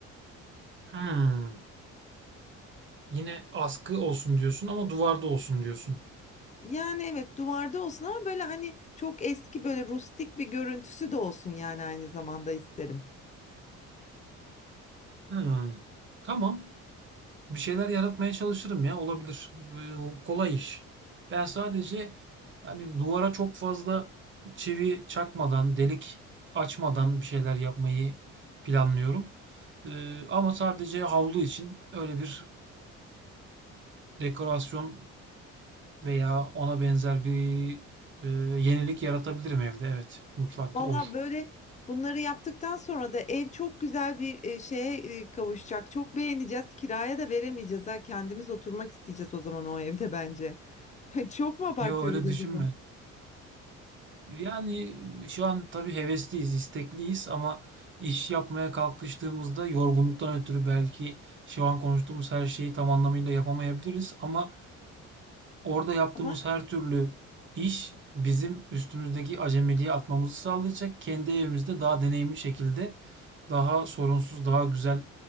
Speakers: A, on the right (about 40°); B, on the left (about 25°).
A: Hmm. Yine askı olsun diyorsun ama duvarda olsun diyorsun.
B: Yani evet duvarda olsun ama böyle hani çok eski böyle rustik bir görüntüsü de olsun yani aynı zamanda isterim.
A: Hmm. Tamam. Bir şeyler yaratmaya çalışırım ya olabilir. Ee, kolay iş. Ben sadece hani duvara çok fazla çivi çakmadan, delik açmadan bir şeyler yapmayı planlıyorum. Ee, ama sadece havlu için öyle bir dekorasyon veya ona benzer bir e, yenilik yaratabilirim evde. Evet, mutfakta
B: Valla
A: olur.
B: böyle bunları yaptıktan sonra da ev çok güzel bir e, şeye e, kavuşacak. Çok beğeneceğiz. Kiraya da veremeyeceğiz ha. Kendimiz oturmak isteyeceğiz o zaman o evde bence. <laughs> Çok mu abartıyoruz
A: Yo öyle düşünme.
B: acaba?
A: Yani şu an tabii hevesliyiz, istekliyiz ama iş yapmaya kalkıştığımızda yorgunluktan ötürü belki şu an konuştuğumuz her şeyi tam anlamıyla yapamayabiliriz ama orada yaptığımız
B: Ama
A: her türlü iş bizim üstümüzdeki acemiliği atmamızı sağlayacak. Kendi evimizde daha deneyimli şekilde daha sorunsuz, daha güzel